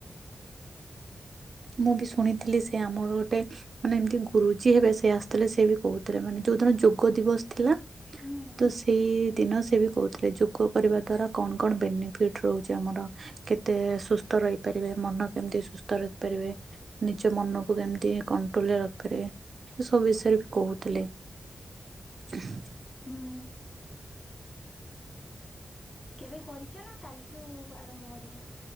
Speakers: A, on the right; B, on the left.
A: ମୁଁ ବି ଶୁଣିଥିଲି ସେ ଆମର ଗୋଟେ। ମାନେ ଏମିତି ଗୁରୁଜୀ ହେବେ ସେ ଆସିଥିଲେ ସେ ବି କହୁଥିଲେ ମାନେ ଯୋଉଦିନ ଯୋଗ ଦିବସ ଥିଲା।
B: ହୁଁ
A: ତ ସେଇ ଦିନ ସେ ବି କହୁଥିଲେ ଯୋଗ କରିବା ଦ୍ଵାରା କଣ କଣ ବେନିଫିଟ ରହୁଛି ଆମର। କେତେ ସୁସ୍ଥ ରହିପାରିବେ ମନକୁ କେମିତି ସୁସ୍ଥ ରଖୀପାରିବେ ନିଜ ମନ କୁ କେମିତି କଣ୍ଟ୍ରୋଲରେ ରଖିପାରିବେ ସେ ସବୁ ବିଷୟରେ ବି କହୁଥିଲେ। ହ <unintelligible>
B: ହୁଁ କେବେ କରିଛ ନା କାଲିଠୁ ଆରମ୍ଭ କରିବ?